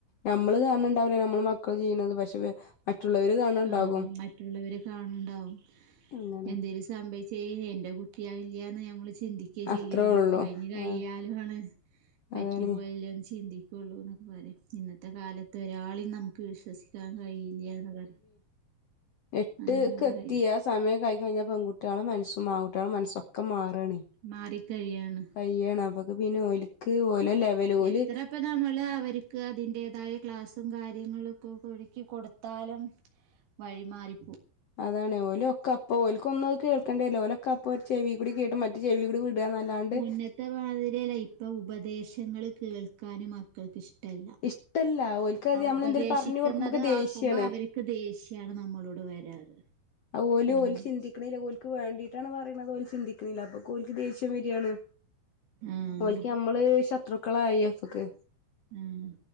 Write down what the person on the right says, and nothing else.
ആ മറ്റുള്ളവര് കാണണ്ടാവും
എന്തെിലും സംഭവിച്ച കുട്ടിയാവില്ലന്ന് നമ്മ <unintelligible> ചിന്തിക്കേ
ചെയ്യുള്ളൂ
കഴിഞ്ഞഞ് കഴിയാലും
ആണ് പറ്റിപ്പോയല്ലന്ന്
ചിന്തി ള്ളൂ എന്നൊക്കെ പറം ഇന്നത്തെ കാലത്ത് ഒരാള നമുക്ക് വിശ്വസിക്കാൻ കഴിയില്ലന്ന് പറയും
അങ്ങനെ
പറയും
മാറിക്കഴിയാണ്
എത്രപ്പ നമ്മള് അവർക്ക് അതിന്റേതായ ക്ലാസും കാര്യം കാര്യങ്ങളൊക്കെ ഒരുക്കി കൊടുക്ക് കൊടുത്തലും വഴിമാറി
മുന്നതമാതൃയല്ല ഇപ്പ ഉപദേശങ്ങൾ കേൾക്കാനും മക്കൾക്ക് ഇഷ്ട
ഉപദേശിക്കുന്നത്
ആക്കുമ്പോ അവർക്ക് ദേഷ്യാണ് നമ്മളോട് വരാറ്
ഉം
ആഹ്
ആഹ്